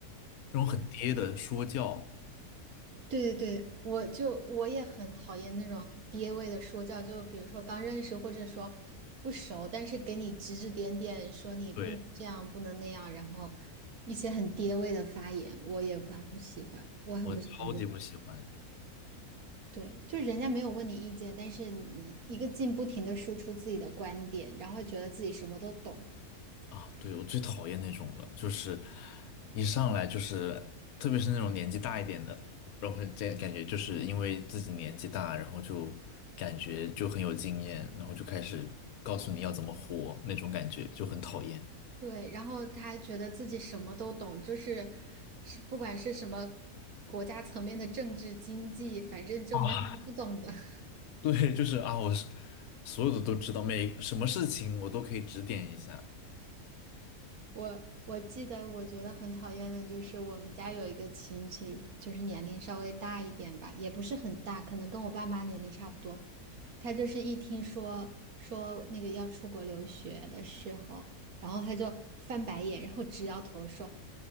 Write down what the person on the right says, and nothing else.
对对对，我就我也很讨厌那种爹味的说教，就比如说刚认识或者说不熟，但是给你指指点点，说你不能这样，
不能那样，然后一些很爹味的发言，我也很不喜欢，我很不喜欢这种。
对，就是人家没有问你意见，但是你你一个劲不停的输出自己的观点，然后觉得自己什么都懂，
对，然后他还觉得自己什么都懂，就是是不管是什么国家层面的政治经济，反正就没有他不懂的。
<laughs>
我我记得，我觉得很讨厌的就是我们家有一个亲戚，就是年龄稍微大一点吧，也不是很大，可能跟我爸妈年龄差不多。他就是一听说说那个要出国留学的时候，然后他就翻白眼，然后直摇头说：